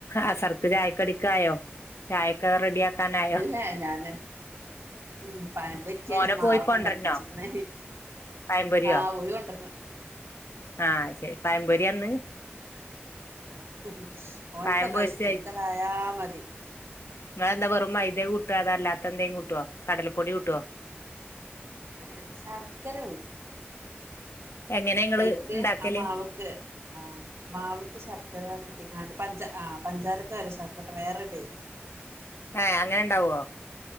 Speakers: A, on the left (about 85°); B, on the right (about 80°).
A: അസർക്ക് ചായക്ക അടിക്കായോ ചായക്കെ റെഡിയ ആക്കാനായോ
B: ഇല്ല ഞാന് ഉം പയം പൊരിക്കച്ച
A: മോനെ
B: മാവൊക്കെണ്ടാക്കിച്ചക്കന
A: പോയി കൊണ്ടരണോ പഴംപൊരിയോ
B: ആ പോയി കൊണ്ടുവരണം
A: ആഹ് ശരി പഴമ്പൊരി ഇന്ന്
B: ആ ഓൻ
A: പഴം
B: ക്കതാ
A: പൊരിച്ച
B: ഇഷ്ടം എനിക്കതായാ മതി
A: നിങ്ങെന്താ വെറുംമൈതേ കൂട്ടുക അത അല്ലാത്ത എന്തേ കൂട്ടുവോ കടലപ്പൊടി കൂട്ടോ
B: ഏ ശർക്കര കൂട്ടും
A: എങ്ങനെ ഇങ്ങള്
B: അഐക്ക്
A: ഇണ്ടാക്കല്
B: ആ മാവക്ക് ആ മാവക്ക് ശർക്കര കൂട്ടും കുട്ടിങ്ങാണ്ട് പഞ്ച പഞ്ചാരക്ക് പകരം ശർക്കര ഇട്ടാൽ ഇടവേറെ ഒരു ടേസ്റ്റാ
A: ഏ അങ്ങനെ ഉണ്ടാവോ